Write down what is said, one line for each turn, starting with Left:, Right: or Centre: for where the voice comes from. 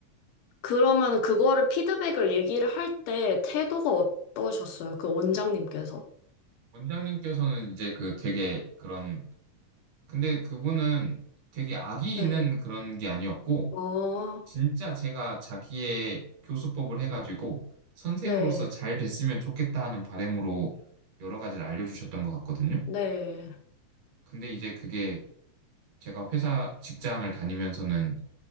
Left: 그러면 그거를 피드백을 얘기를 할 때 태도가 어떠셨어요? 그 원장님께서?
Right: 원장님께서는 이제 그 되게 그런 근데 그분은 되게 악이
Left: 네.
Right: 있는 그런 게 아니었고
Left: 어,
Right: 진짜 제가 자기의 교수법을 해가지고 선생으로서
Left: 네,
Right: 잘 됐으면 좋겠다 하는 바람으로 여러 가지를 알려주셨던 것 같거든요.
Left: 네,
Right: 근데 이제 그게 제가 회사 직장을 다니면서는